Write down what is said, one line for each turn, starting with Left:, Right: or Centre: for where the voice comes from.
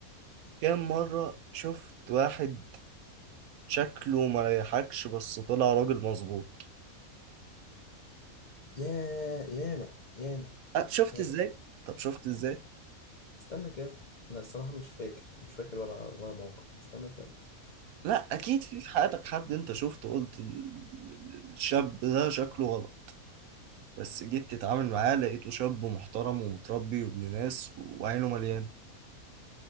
Right: كام مرة شفت واحد شكله ما ريحكش بس طلع راجل مظبوط
Left: يا يانا يانا
Right: أه، شفت
Left: يانا
Right: ازاي طب شفت ازاي
Left: استنى كده انا الصراحه مش فاكر مش فاكر ولا ولا موقف استنى كده
Right: لا اكيد في في حياتك حد انت شفته قلت ال- ال- الشاب ده شكله غلط بس جيت تتعامل معاه لقيته شاب محترم ومتربي وابن ناس وعينه مليانة